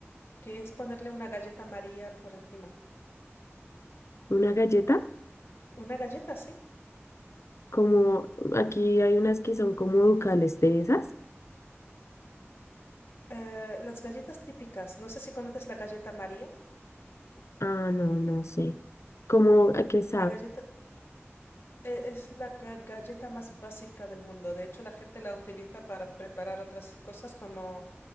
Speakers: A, on the left; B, on the left.
A: que es ponerle una galleta María por encima.
B: Una galleta,
A: Una galleta, sí.
B: como aquí hay unas que son como ducales de esas.
A: Eh, las galletas típicas. No sé si conoces la galleta María.
B: Ah, no, no sé. ¿Cómo a qué sabe?
A: La galleta eh, es la ga- galleta más básica del mundo. De hecho, la gente la utiliza para preparar otras cosas como,